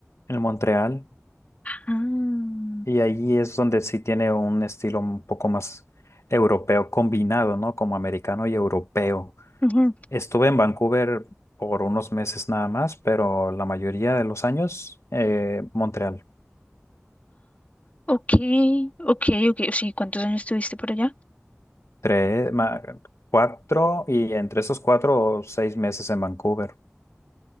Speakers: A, on the left (about 65°); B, on the left (about 30°).
A: en Montreal,
B: Ah,
A: y ahí es donde sí tiene un estilo un poco más europeo combinado, ¿no? Como americano y europeo.
B: ujú.
A: Estuve en Vancouver por unos meses nada más, pero la mayoría de los años, eh, Montreal.
B: Ok, ok, ok. Sí, ¿cuántos años estuviste por allá?
A: Tres, cuatro, y entre esos cuatro, o seis meses en Vancouver.